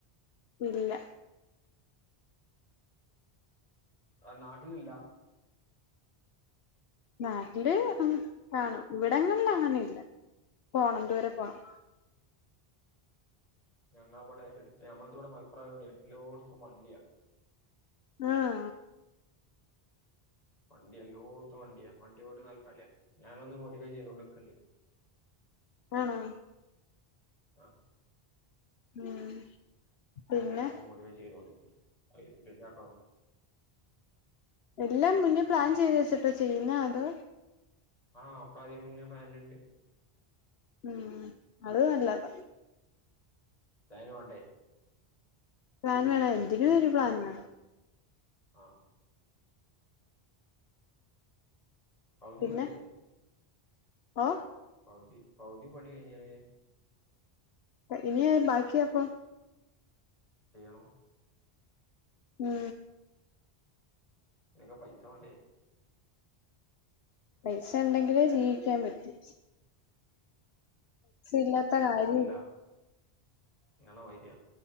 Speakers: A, on the left; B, on the left.
A: ഇല്ല
B: നാട്ടിലില്ല
A: നാട്ടില് ഉം കാണും ഇവിടങ്ങളില് അങ്ങനെ ഇല്ല പോണം ദൂരെ പോണം
B: ഞങ്ങളവടെ എട്ത്ത് നമ്മൾത് ഇവടെ മൽപ്പുറയോണ്ട് എല്ലോട്ത്തും വണ്ടിയാ
A: ആഹ്
B: വണ്ടി എല്ലോട്ത്തും വണ്ടിയാ വണ്ടിയൊണ്ട് നാല് കളിയാ ഞാനൊന്ന് മോഡിഫൈ ചെയ്തോണ്ട്ക്ക്ണ്ട്
A: ആണോ
B: ആ
A: ഉം
B: ഞാനൊരു
A: പിന്നെ
B: വണ്ടി മോടിഫൈ ചെയ്തൊണ്ട് ക്ക്‌ണ്ട് <unintelligible>
A: എല്ലാം മുന്നേ പ്ലാൻ ചെയ്ത് വെച്ചിട്ടോ ചെയ്യുന്നെ അതോ
B: ആ ഒക്കെ ആദ്യേ മുന്നേ പ്ലാന്ണ്ട്
A: ഉം അത് നല്ലത
B: പ്ലാന് വാണ്ടേ
A: പ്ലാൻ വേണം എന്തിനും ഒരു പ്ലാൻ വേണം.
B: ആഹ് പൗതി
A: പിന്നെ
B: പണി കഴിഞ്ഞ്
A: ഓ
B: പൗതി പൗതി പണി കഴിഞ്ഞേനെ
A: ഇനി ബാക്കിയ അപ്പൊ
B: ചെയ്യണോ
A: ഉം
B: തിനക്കെ പൈസ വേണ്ടേ
A: പൈസ ണ്ടെങ്കിലേ ജീവിക്കാൻ പറ്റി ഇല്ലാത്ത കാര്യമില്ല
B: ഹല്ലാ ഇങ്ങളെ മാര്യ